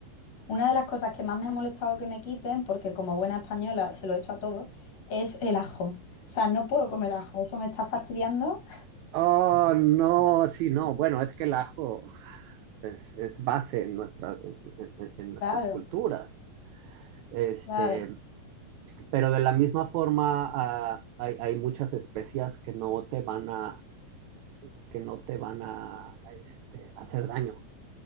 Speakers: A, on the left; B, on the right.
A: Una de las cosas que más me ha molestado que me quiten, porque como buena española se lo echo a todos, es el ajo. O sea, no puedo comer ajo, eso me está fastidiando.
B: Oh, no, sí, no. Bueno, es que el ajo es, es base en, nuestra- en, en- en nuestras
A: Claro,
B: culturas. Este,
A: claro,
B: pero de la misma forma, ah, hay, hay muchas especias que no te van a, que no te van a, este, hacer daño.